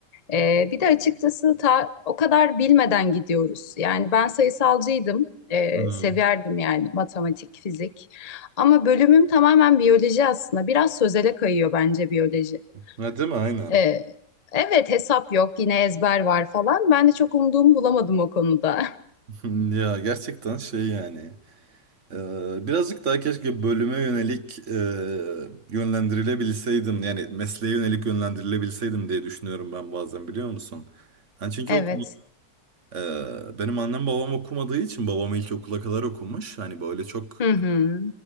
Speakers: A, on the left (about 30°); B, on the right (about 45°).
A: Ee, bir de açıkçası ta, o kadar bilmeden gidiyoruz. Yani ben sayısalcıydım. Ee,
B: Hı hı,
A: severdim yani matematik, fizik. Ama bölümüm tamamen biyoloji aslında. Biraz sözele kayıyor bence biyoloji.
B: Ha, değil mi? Aynen.
A: Ee, evet hesap yok, yine ezber var falan. Ben de çok umduğumu bulamadım o konuda. <laughs>
B: <laughs> Ya gerçekten şey yani. Ee, birazcık daha keşke bölüme yönelik e, yönlendirilebilseydim. Yani mesleğe yönelik yönlendirilebilseydim diye düşünüyorum ben bazen biliyor musun? Hani çünkü
A: Evet.
B: o e, benim annem babam okumadığı için babam ilkokula kadar okumuş. Hani böyle çok
A: Hı hı.